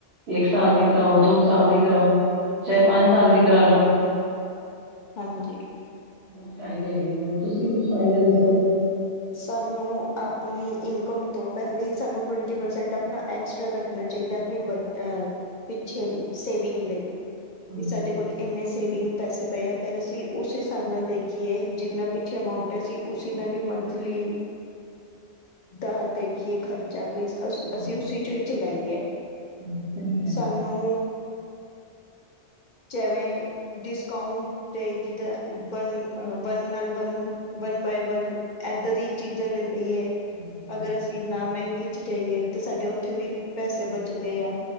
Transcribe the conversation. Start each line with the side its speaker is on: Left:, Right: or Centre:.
Right: ਇੱਕ ਸਾਲ ਦੀ ਕਰਾਓ, ਦੋ ਸਾਲ ਦੀ ਕਰਾਓ ਚਾਏ ਪੰਜ ਸਾਲ ਦੀ ਕਰਾ ਲੋ। <inaudible>
Left: ਹਾਂਜੀ।
Right: ਬਹੁਤ ਫਾਇਦੇ ਹੈਗੇ ਨੇ ਹੋਰ ਤੁਸੀ ਵੀ ਕੁਛ ਫਾਇਦੇ ਦੱਸੋ।
Left: ਸਾਨੂੰ ਆਪਨੀ ਇਨਕਮ ਤੋਂ ਪੈਲੇ ਈ ਸਾਨੂੰ ਟਵੰਟੀ ਪਰਸੈਂਟ ਆਪਣਾ ਐਕਸਟਰਾ ਰੱਖ ਰੱਖਨਾ ਚਾਈਦਾ ਆਪਣੀ ਬ ਅ ਪਿੱਛੇ ਲੀ ਸੇਵਿੰਗ ਲਈ
Right: ਹਾਂਜੀ
Left: ਵੀ ਸਾਡੇ ਕੋਲ ਇੰਨੇ ਸੇਵਿੰਗ ਪੈਸੇ ਪਏ ਆ ਫੇਰ ਅਸੀ ਉਸ ਹਿਸਾਬ ਨਾਲ ਦੇਖੀਏ ਜਿੰਨਾ ਪਿੱਛੇ ਅਮਾਊਂਟ ਐ ਅਸੀ ਉਸੀ ਨਾਲ ਈ ਮਨ ਮਨਥਲੀ ਦਾ ਦੇਖ ਏ ਖਰਚਾ ਬਈ ਅ
Right: ਹਾਂਜੀ
Left: ਅਸੀ ਉਸ ਚੋ ਈ ਚਲਾਈਏ
Right: ਹਾਂਜੀ ਸਹੀ ਕਹਿ
Left: ਸਾਨੂੰ
Right: ਰਹੇ ਹੋ
Left: ਜੈਂਵੇਂ ਡਿਸਕਾਉਂਟ ਤੇ ਜਿੱਦਾਂ ਵਨ ਅ ਵਨ ਨਾਲ ਵਨ, ਵਨ ਬਾਏ ਵਨ। ਐਦਾਂ ਦੀ ਚੀਜਾਂ ਲੇ ਲਈਏ।
Right: ਹਾਂਜੀ ਹਾਂਜੀ
Left: ਅਗਰ ਅਸੀ
Right: ਸਹੀ ਕਹਿ
Left: ਨਾ
Right: ਰਹੇ
Left: ਮੈਂਗੀ
Right: ਹੋ,
Left: ਚ ਜਾਈਏ ਤਾਂ ਸਾਡੇ ਉੱਥੇ ਵੀ ਪੈਸੇ ਬਚਦੇ ਆ।